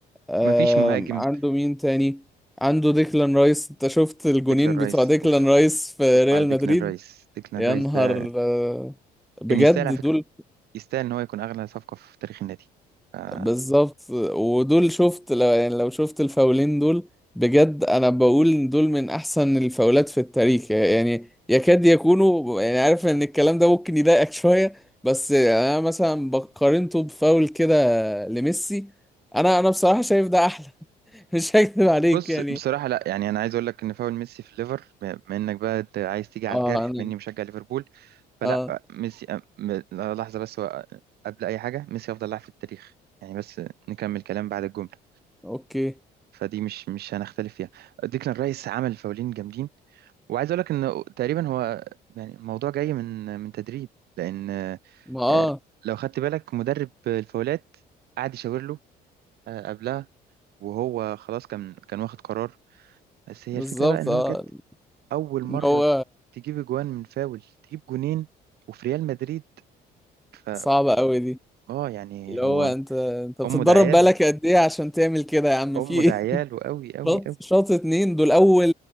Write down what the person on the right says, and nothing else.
مفيش مهاجم
ديكلان رايس
اوف
اوف
على ديكلان
رايس ديكلان
رايس
ده
كان يستاهل على فكرة
يستاهل ان هو يكون اغلى صفقة في تاريخ النادي آه،
بص
بصراحة لا يعني أنا عايز أقول لك إن فاول ميسي في الليفر بما إنك بقى أنت عايز تيجي على
الجرح
بما إني مشجع ليفربول فلا
ميسي أم- م- لحظة بس هو قبل أي حاجة ميسي أفضل لاعب في التاريخ يعني بس نكمل كلام بعد الجملة
فدي مش مش هنختلف فيها ديكلان رايس عمل فاولين جامدين وعايز أقول لك إن تقريبا هو يعني الموضوع جاي من من تدريب لأن آه،
لو خدت بالك مدرب الفاولات قعد يشاور له آه، قبلها وهو خلاص كان كان واخد قرار بس هي
الفكرة بقى إن
هو جت اول مره
تجيب جوان من فاول تجيب جونين وفي ريال مدريد ف
اه يعني
هو
امه ده عياله
امه
ده عياله قوي قوي
قوي